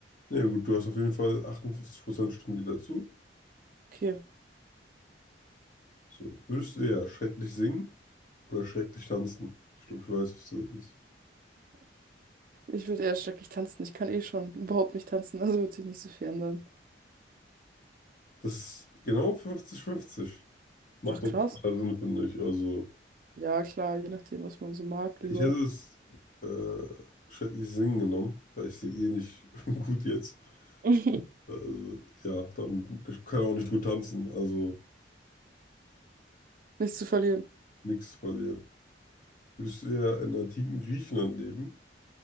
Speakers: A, on the left (about 45°); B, on the right (about 50°).
A: Ja gut, du hast auf jeden Fall 58% Stimmen die dazu.
B: Okay.
A: So, würdest du eher schrecklich singen oder schrecklich tanzen? Ich glaube, ich weiß, was du willst.
B: Ich würde eher schrecklich tanzen. Ich kann eh schon überhaupt nicht tanzen, also wird sich nicht so viel ändern.
A: Das ist genau fünfzig-fünfzig Macht
B: Ach krass.
A: doch total Sinn, finde ich. Also,
B: Ja, klar, je nachdem, was man so mag, lieber.
A: ich hätte es äh, schrecklich singen genommen, weil ich singe eh nicht <laughs> gut jetzt.
B: <laughs>
A: Also, ja, dann ich kann auch nicht gut tanzen, also
B: Nichts zu verlieren.
A: nichts verlieren. Würdest du eher in antiken Griechenland leben